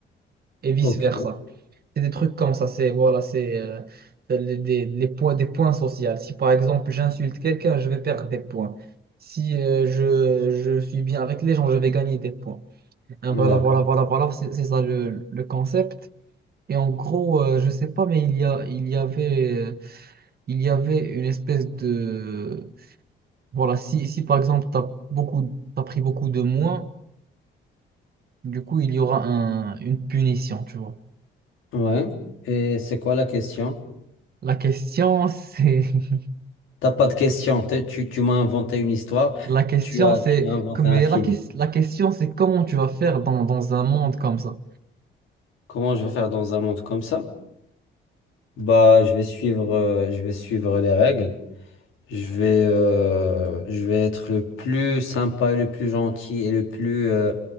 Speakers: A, on the right (about 50°); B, on the left (about 85°).
A: et vice-versa.
B: ok,
A: C'est des trucs comme ça, c'est voilà, c'est euh, les, des, les points, des points sociaux. Si par exemple j'insulte quelqu'un, je vais perdre des points. Si euh, je, je suis bien avec les gens, je vais gagner des points. Hein, voilà,
B: d'accord,
A: voilà, voilà, voilà, c'est c'est ça le, le concept. Et en gros, euh, je sais pas, mais il y a, il y avait, euh, il y avait une espèce de... Voilà, si, si par exemple, tu as beaucoup, t'as pris beaucoup de moins Du coup, il y aura un, une punition, tu vois.
B: ouais. Et c'est quoi la question?
A: La question, c'est... <laughs>
B: T'as pas de question, t'es- tu, tu m'as inventé une histoire,
A: La question,
B: tu as,
A: c'est...
B: tu as inventé
A: comme-
B: un
A: Mais
B: film.
A: la, ques- la question, c'est comment tu vas faire dans, dans un monde comme ça.
B: Comment je vais faire dans un monde comme ça? Bah, je vais suivre, euh, je vais suivre les règles. Je vais, euh, je vais être le plus sympa, et le plus gentil et le plus, euh,